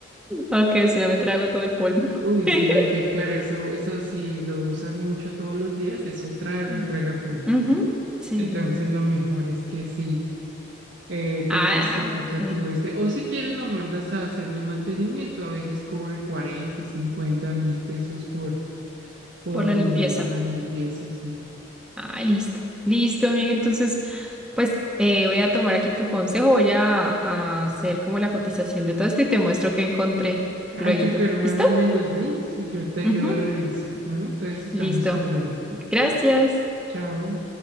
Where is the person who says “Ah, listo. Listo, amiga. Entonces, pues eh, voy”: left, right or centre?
Centre